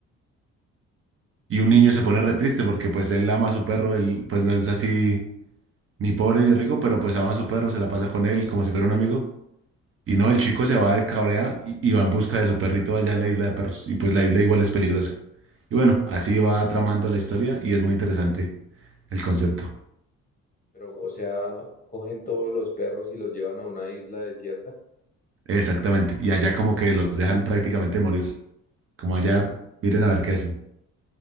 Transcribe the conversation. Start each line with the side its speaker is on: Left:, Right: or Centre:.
Right: Y un niño se pone re triste porque pues él ama a su perro, él pues no es así ni pobre ni rico, pero pues ama a su perro, se la pasa con él como si fuera un amigo. Y no, el chico se va de cabrea y, y va en busca de su perrito allá en la isla de perros. Y pues la isla igual es peligrosa. Y bueno, así va tramando la historia y es muy interesante el concepto.
Left: Pero, o sea, cogen todos los perros y los llevan a una isla desierta.
Right: Exactamente. Y allá como que los dejan prácticamente morir. Como allá, miren a ver qué hacen.